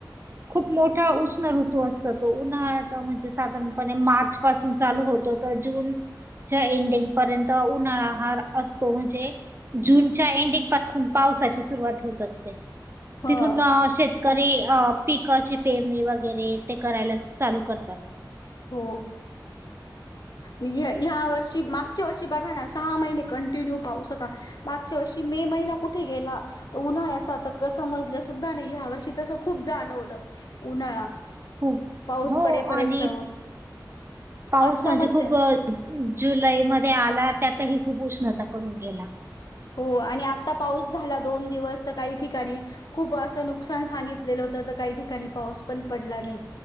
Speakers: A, on the right; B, on the left.
A: खूप मोठा उष्ण ऋतू असत तो उन्हाळ्यात म्हणजे साधारण मार्च पासून चालू होत तर जून एंडिंग पर्यंत उन्हाळा ह असतो म्हणजे जूनच्या एंडिंग पासून पावसाची सुरुवात होत असते.
B: ह
A: तिथून शेतकरी अ पिकाची पेरणी वगैरे ते करायला असते. चालू करतात.
B: हो. ह्या वर्षी मागच्या वर्षी बघा ना सहा महिने कंटिन्यू पाऊस होता. मागच्या वर्षी मे महिना कुठे गेला? तर उन्हाळ्याचा त समजल्या सुद्धा नाही ह्या वर्षी तसं खूप जाणवलं उन्हाळा.
A: खूप
B: पाऊस
A: हो
B: पडेपर्यंत.
A: आणि पाऊस
B: आता
A: म्हणजे
B: मध्ये
A: खूप जुलैमध्ये आला त्यातही खूप उष्णता करून गेला.
B: हो आणि आता पाऊस झाला दोन दिवस तर काही ठिकाणी खूप असं नुकसान सांगितलेलं होतं तर काही ठिकाणी पाऊस पण पडला नाही.